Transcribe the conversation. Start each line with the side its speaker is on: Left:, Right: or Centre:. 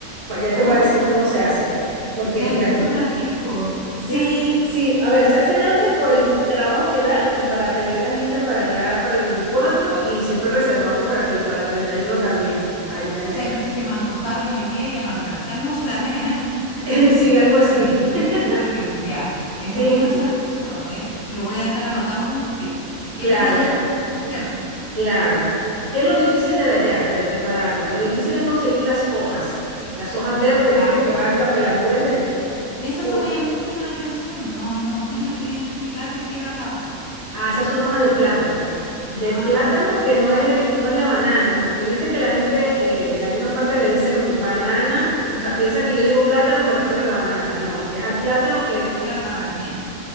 Right: pa- ya te
Left: Ah,
Right: voy a decir cómo se hace, porque
Left: o sea
Right: fíjate,
Left: que dura tiempo.
Right: Sí,
Left: Ya.
Right: sí, a ver, se hacen antes por el trabajo que da y para tener las listas para allá para el 24 y siempre reservamos para que el para el 31 también, allá en Ayacas.
Left: O sea que si se me antojaron hoy día ya no alcancé a almorzar. <laughs>
Right: <laughs>
Left: Ya acá.
Right: Sí, algo así.
Left: Tiene
Right: <laughs>
Left: que ser con tiempo. Ya. Es
Right: Sí,
Left: muy bueno
Right: t-
Left: saber eso. Es, lo voy a dejar anotado como un tip. Si quieres
Right: claro,
Left: hallaca, con tiempo.
Right: claro. ¿Qué es lo difícil de la yaca, de prepararla? Lo difícil es conseguir las hojas, las hojas verdes, ¿viste?
Left: Ah, claro.
Right: Que van lo que la envuelven.
Left: De eso
Right: ¿Por
Left: se me llamó mucho la atención. No, no supe
Right: qué?
Left: identificar de qué era la hoja.
Right: Ah, esas son hojas de plátano. Del
Left: Ah,
Right: plátano
Left: se me olvidó
Right: que
Left: preguntarte
Right: no es el,
Left: si
Right: no es
Left: te
Right: la banana, porque viste que la gente eh, en algunas partes le dicen banana, o sea, piensa que yo digo plátano y me refiero a la banana. No, es al plátano que,
Left: refieres al barraganet,